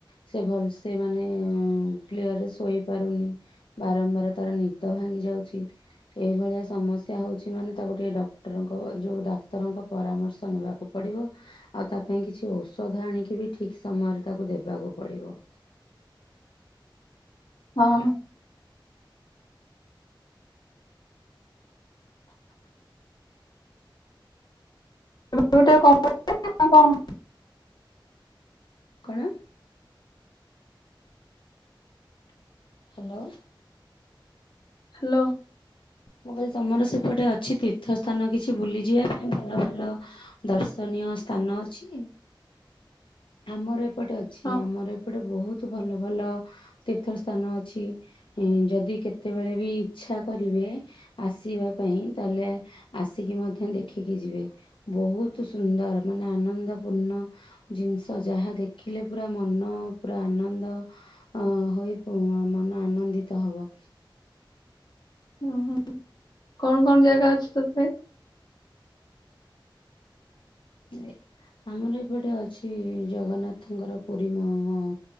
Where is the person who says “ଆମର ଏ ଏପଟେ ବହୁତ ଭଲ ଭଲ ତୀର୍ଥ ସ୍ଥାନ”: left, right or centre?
Left